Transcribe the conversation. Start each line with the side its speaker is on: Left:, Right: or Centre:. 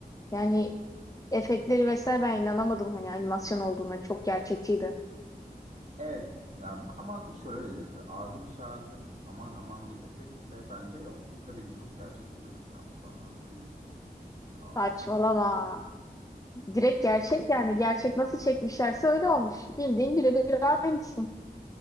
Left: Yani efektleri vesaire ben inanamadım hani animasyon olduğuna çok gerçekçiydi.
Right: Evet ya bu ama şöyle bir ahım şahım aman aman bir efekt de bence yok. Ya tabii ki çok gerçekçi gözüküyor aslanlar tüyleri işte ağızları
Left: Saçmalama.
Right: bu.
Left: Direkt gerçek yani gerçek nasıl çekmişlerse öyle olmuş. Bildiğin birebir aynısın.